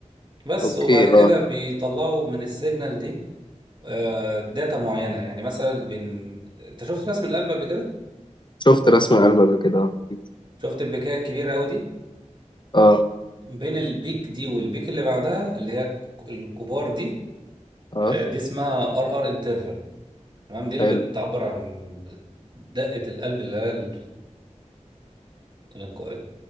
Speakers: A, on the right; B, on the left.
A: بس
B: اوكي
A: وبعد كده
B: اه
A: بيطلعوا من السيجنال دي آه، داتا معينة يعني مثلا بين انت شفت رسم القلب قبل كده؟
B: شفت رسم القلب قبل كده اه أكيد.
A: شفت البكاية الكبيرة قوي دي
B: اه
A: بين البيك دي والبيك اللي بعدها اللي هي الك- الكبار دي
B: اه
A: آه، دي اسمها ار ار انترفال تمام دي اللي
B: حلو
A: بتعبر عن دقة القلب اللي هي ال- ال- يعني